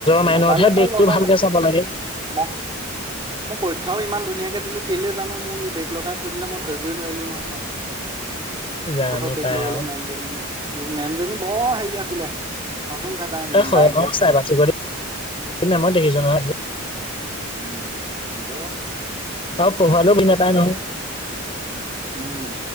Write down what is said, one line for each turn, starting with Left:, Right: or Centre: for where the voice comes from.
Left: মাইনৰতহে
Right: লগালে
Left: বেগটো
Right: বাৰু লগালে
Left: ভালকে চাব লাগে
Right: ম মোৰ পৰীক্ষাও ইমান ধুনীয়াক দিলো কেলে জানো মোক এই বেগ লগাই থৈ দিলে মই ধৰিবই নোৱাৰিলো নহয় ব
Left: জানো
Right: কিহৰ পৰা বেগ
Left: পাই
Right: লগালে
Left: আৰু
Right: মেমজনী মেমজনী বৰ হেৰি আছিলে খাচং খাচাং একদম
Left: এ হয়
Right: ডায়েক
Left: অ
Right: দায়েক
Left: চাই বাচি
Right: <unintelligible>
Left: কৰি তুমি মই দেখিছো নহয়
Right: উম ব
Left: অ পোহালো বি নাপায় নহয়
Right: উম